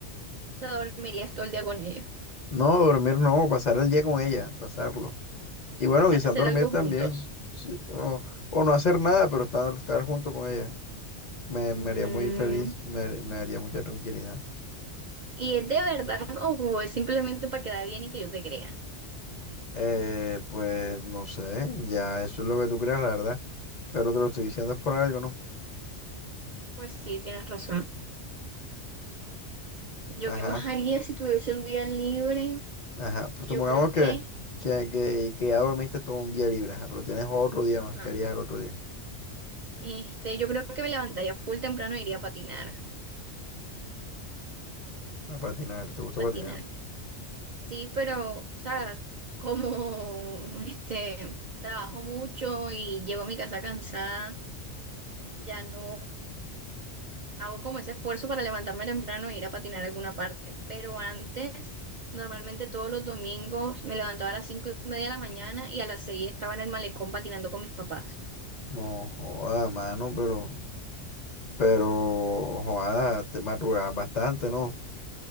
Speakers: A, on the right (about 60°); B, on the left (about 45°).
A: sea, dormirías todo el día con ella.
B: No, dormir no, pasar el día con ella, pasarlo. Y bueno,
A: Hacer
B: quizás dormir
A: algo
B: también,
A: juntos.
B: sí, o, o no hacer nada, pero estar, estar junto con ella. Me, me
A: Mm,
B: haría muy feliz, me, me haría mucha tranquilidad.
A: ¿y es de verdad o es simplemente para quedar bien y que yo te crea?
B: Eh, pues no sé, ya eso es lo que tú creas, la verdad. Pero te lo estoy diciendo es por algo, ¿no?
A: Pues sí, tienes razón. ¿Yo
B: Ajá,
A: qué más haría si tuviese un día libre?
B: ajá. Pues
A: Yo
B: supongamos
A: creo
B: que,
A: que
B: que, que, que ya dormiste todo un día libre, ajá, pero tienes otro día
A: Ajá.
B: más. ¿Qué harías el otro día?
A: Este, yo creo que me levantaría full temprano e iría a patinar,
B: A patinar, ¿te gusta
A: a patinar.
B: patinar?
A: Sí, pero, o sea, <laughs> como este, trabajo mucho y llego a mi casa cansada, ya no hago como ese esfuerzo para levantarme temprano e ir a patinar a alguna parte. Pero antes, normalmente todos los domingos me levantaba a las cinco y media de la mañana y a las seis estaba en el malecón patinando con mis papás.
B: No, joda, mano, pero, pero, joda, te madrugabas bastante, ¿no?